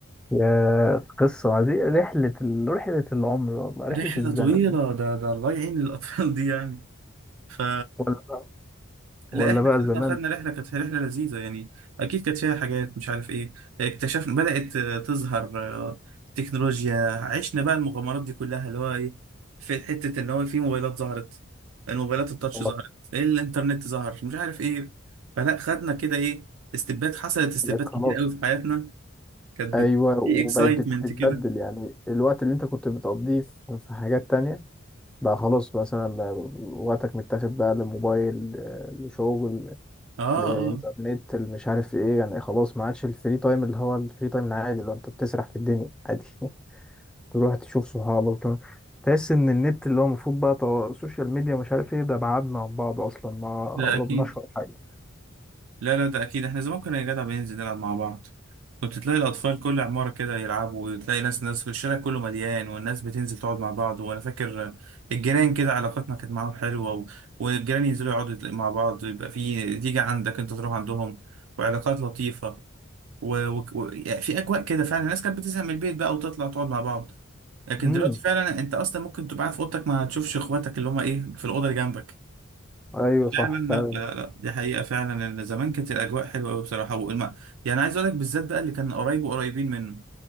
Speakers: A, in the centre; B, on the right.
A: يا قصة دي رحلة ال... رحلة العمر والله رحلة
B: رحلة
A: الزمن
B: طويلة ده ده الله يعين الأطفال <laughs> دي يعني ف
A: ولا بقى
B: لا
A: ولا
B: احنا
A: بقى زمان
B: خدنا خدنا رحله كانت رحله لذيذه يعني اكيد كانت فيها حاجات مش عارف ايه اكتشفنا بدات آه، تظهر آه، تكنولوجيا عشنا بقى المغامرات دي كلها اللي هو ايه في حته ان هو في موبايلات ظهرت الموبايلات التاتش
A: خلاص
B: ظهرت الانترنت ظهر مش عارف ايه فلا خدنا كده ايه استبات حصلت استبات
A: بقت خلاص
B: كتير قوي في حياتنا كانت
A: ايوه
B: بت... في
A: وبقت
B: اكسايتمنت
A: بت- بتتبدل
B: كده
A: يعني الوقت اللي انت كنت بتقضيه في في حاجات تانية بقى خلاص مثلا وقتك متاخد بقى للموبايل آه، لشغل
B: اه
A: للانترنت
B: اه
A: اللي مش عارف ايه يعني خلاص ما عادش الفري تايم اللي هو الفري تايم العادي اللي هو انت بتسرح في الدنيا عادي تروح تشوف صحابك تروح- تحس ان النت اللي هو المفروض بقى طو... سوشيال ميديا مش عارف ايه ده بعدنا عن بعض اصلا ما قربناش
B: ده اكيد
A: ولا حاجه
B: لا لا ده اكيد احنا زمان كنا يا جدع بننزل نلعب مع بعض كنت تلاقي الاطفال كل عماره كده يلعبوا وتلاقي ناس ناس في الشارع كله مليان والناس بتنزل تقعد مع بعض وانا فاكر الجيران كده علاقتنا كانت معاهم حلوه و... والجيران ينزلوا يقعدوا يتلا- مع بعض يبقى في تيجي عندك انت تروح عندهم وعلاقات لطيفه و... و... و... يعني في اجواء كده فعلا الناس كانت بتزهق من البيت بقى وتطلع تقعد مع بعض لكن
A: امم
B: دلوقتي فعلا انت اصلا ممكن تبقى قاعد في اوضتك ما تشوفش اخواتك اللي هم ايه في الاوضه اللي جنبك
A: ايوه صح
B: لا لا لا
A: فعلا
B: لا لا دي حقيقة فعلا ان زمان كانت الأجواء حلوة أوي بصراحة والم... يعني عايز أقول لك بالذات بقى اللي كان قريب وقريبين منه